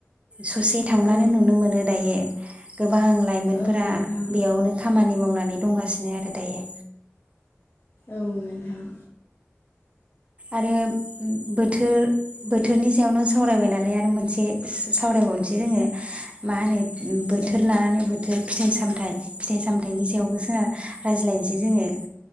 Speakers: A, on the right; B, on the left.
A: ससे थांब्ला-
B: औ
A: नो नुनो मोनो दायो। गोबां लाइमोनफोरा
B: औ नोंथां
A: बेयावनो खामानि मावनानै दंगासिनो आरो दायो।
B: औ नोंथां।
A: आरो बोथोर-बोथोरनि सायावनो सावरायबाय नालाय आरो मोनसे सावरायबावनोसै जोङो मा होनो बोथोर
B: औ
A: लानानै बोथोर फिथाइ -सामथाइ फिथाइ सामथाइनि सायावबो जोंहा रायज्लायनोसै जोङो